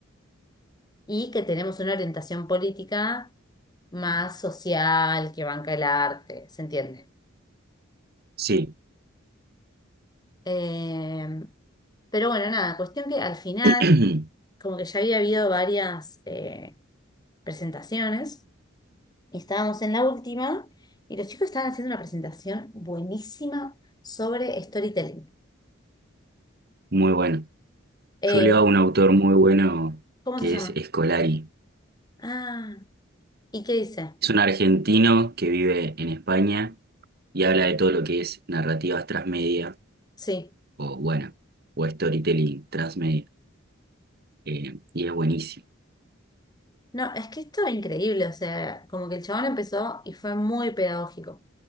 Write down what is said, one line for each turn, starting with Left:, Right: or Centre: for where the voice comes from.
Left: y que tenemos una orientación política más social, que banca el arte, ¿se entiende?
Right: Sí,
Left: Eh, pero bueno, nada, cuestión que al final,
Right: <clears throat>
Left: como que ya había habido varias eh, presentaciones. Estábamos en la última y los chicos estaban haciendo una presentación buenísima sobre storytelling.
Right: muy bueno.
Left: Eh,
Right: Yo leo a un autor muy bueno
Left: ¿cómo
Right: que
Left: se llama?
Right: es Escolari.
Left: Ah, ¿y qué dice?
Right: Es un argentino que vive en España y habla de todo lo que es narrativas transmedia
Left: Sí.
Right: o bueno, o storytelling transmedia. eh, y es buenísimo.
Left: No, es que esto es increíble, o sea, como que el chabón empezó y fue muy pedagógico.